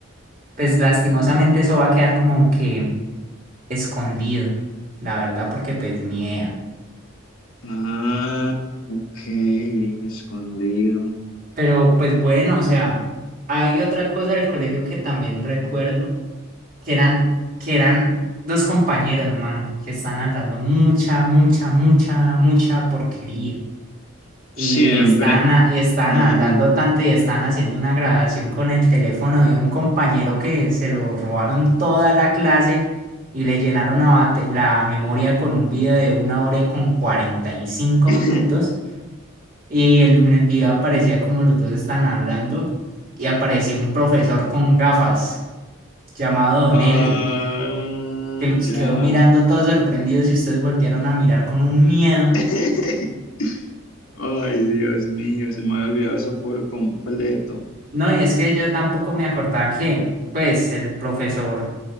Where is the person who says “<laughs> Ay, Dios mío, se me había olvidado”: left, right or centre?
Left